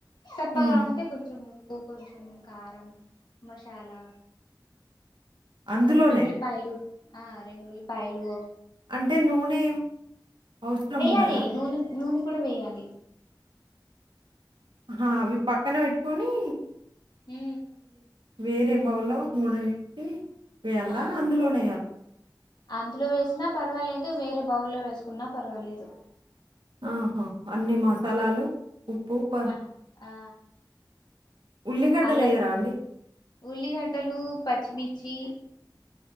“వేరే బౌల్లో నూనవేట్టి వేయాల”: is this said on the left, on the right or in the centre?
Right